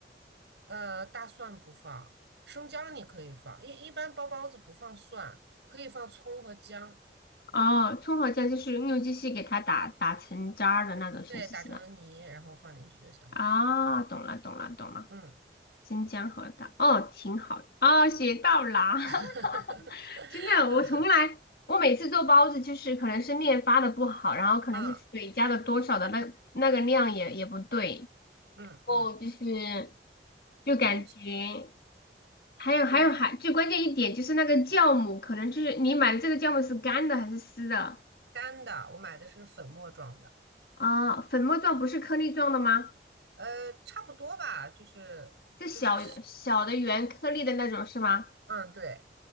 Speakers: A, on the right; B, on the left.
A: 呃，大蒜不放，生姜你可以放，一一般包包子不放蒜，可以放葱和姜，
B: 哦，葱和姜就是用机器给它打打成渣儿的那种形式是吧？
A: 对，打成泥然后放进去就行了。
B: 啊、懂了懂了懂了，
A: 嗯，
B: 生姜和大，哦，挺好，哦，学到啦。<laughs>
A: <laughs>
B: 真的，我从来，我每次做包子就是可能是面发的不好，然后可能是水加的多少的那那个量也也不对，
A: 啊，嗯嗯
B: 哦，就是就感觉
A: 嗯，
B: 还有还有还最关键一点就是那个酵母，
A: 就是
B: 可能就是你买的这个酵母是干的还是湿的
A: 干的，我买的是粉末状的。
B: 啊？粉末状不是颗粒状的吗？
A: 呃，差不多吧，就是就是，
B: 是小小的圆颗粒的那种是吗？
A: 嗯，对，